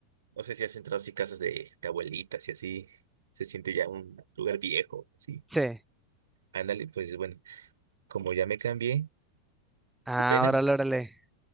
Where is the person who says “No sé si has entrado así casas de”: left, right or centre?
Right